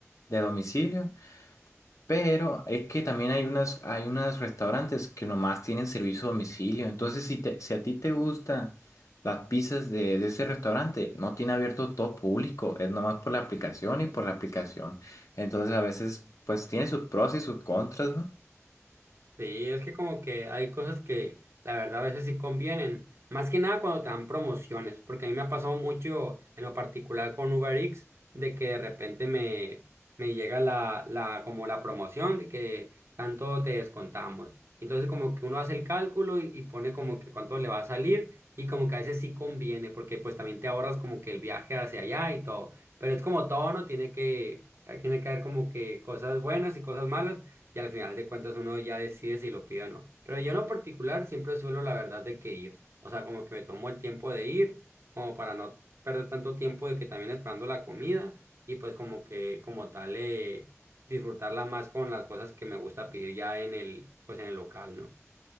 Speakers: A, on the left; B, on the right.
A: de domicilio. Pero es que también hay unas, hay unos restaurantes que nomás tienen servicio a domicilio. Entonces, si te- si a ti te gustan las pizzas de, de ese restaurante, no tiene abierto todo público, es nomás por la aplicación y por la aplicación. Entonces, a veces, pues tiene sus pros y sus contras, ¿no?
B: Sí, es que como que hay cosas que la verdad a veces sí convienen, más que nada cuando te dan promociones, porque a mí me ha pasado mucho en lo particular con Uber Eats, de que de repente me, me llega la, la, como la promoción de que tanto te descontamos. Entonces como que uno hace el cálculo y, y pone como que cuánto le va a salir y como que a veces sí conviene, porque pues también te ahorras como que el viaje hacia allá y todo, pero es como todo, ¿no? Tiene que, tiene que haber como que cosas buenas y cosas malas y al final de cuentas uno ya decide si lo pide o no. Pero yo en lo particular siempre suelo la verdad de que ir, o sea, como que me tomo el tiempo de ir, como para no perder tanto tiempo de que también esperando la comida y pues como que como tal eh, disfrutarla más con las cosas que me gusta pedir ya en el, pues en el local, ¿no?